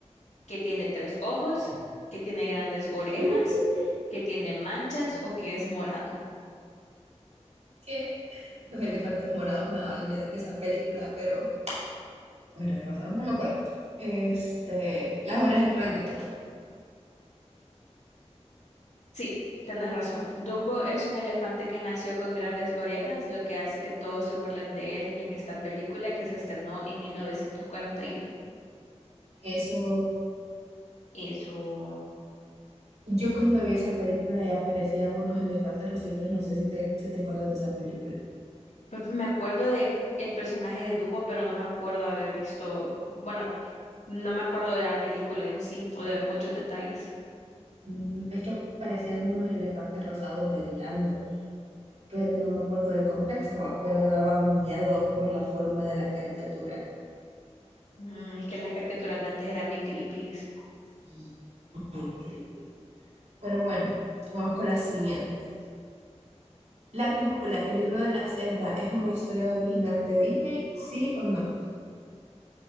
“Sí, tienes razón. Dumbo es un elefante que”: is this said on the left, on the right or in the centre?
Left